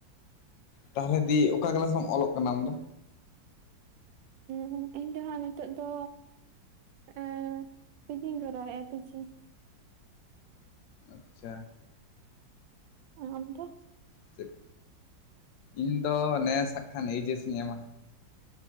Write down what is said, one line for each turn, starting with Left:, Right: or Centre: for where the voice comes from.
Left: ᱛᱟᱦᱚᱞᱮ ᱫᱤ ᱚᱠᱟ ᱠᱮᱞᱟᱥ ᱨᱮᱢ ᱚᱞᱚᱜ ᱠᱟᱱᱟ ᱟᱢᱫᱚ?
Right: ᱦᱩᱸ ᱤᱧ ᱫᱚ ᱦᱟᱸᱜ ᱱᱤᱛᱚᱜ ᱫᱚ ᱮᱸᱻ ᱯᱤᱡᱤᱧ ᱠᱚᱨᱟᱣᱮᱫᱼᱟ ᱯᱤᱡᱤ
Left: ᱟᱪᱪᱷᱟ
Right: ᱟᱨ ᱟᱢ ᱫᱚ?
Left: ᱪᱮᱫ, ᱤᱧ ᱫᱚ ᱱᱮᱥ ᱦᱟᱜ ᱠᱷᱟ ᱮᱡᱮᱥ ᱤᱧ ᱮᱢᱟ